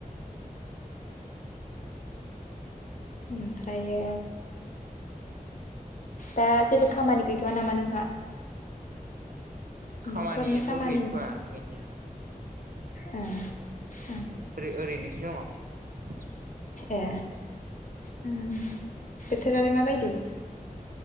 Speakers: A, on the left; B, on the right.
A: ओमफ्रायो दा जेबो खामानि गैथ'वा नामा नोंहा?
B: खामानिथ'
A: न'खरनि खामानि
B: गैथ'वा गैनाया
A: ओ ओ
B: ओरै-ओरैनोसो दङ' आं
A: ए उम बोथोरालाय माबायदि?